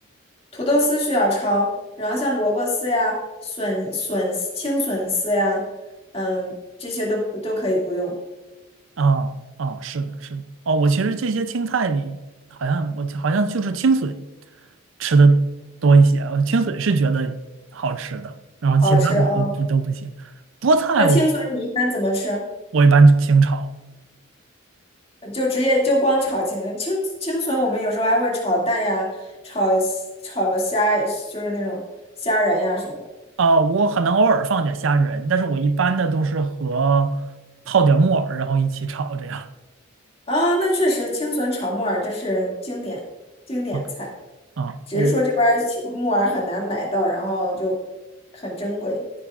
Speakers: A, on the left; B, on the right.
A: 土豆丝需要焯，然后像萝卜丝呀、笋笋丝青笋丝呀，嗯，这些都不都可以不用，
B: 啊啊，是的，是的，哦，我其实这些青菜里好像我好像就是青笋吃的多一些，呃青笋是觉得好吃的，然后其他的都都不行，
A: 好吃啊。
B: 菠菜我
A: 那青笋你一般怎么吃？
B: 我一般清炒。
A: 就直接就光炒青青青笋，我们有时候还会炒蛋呀，炒炒虾，就是那种虾仁呀什么的。
B: 呃，我可能偶尔放点虾仁，但是我一般的都是和泡点木耳，然后一起炒这样。
A: 啊、那确实青笋炒木耳这是经典经典菜，
B: 啊啊，
A: 只是说这边儿青木耳很难买到，
B: 我
A: 然后就很珍贵。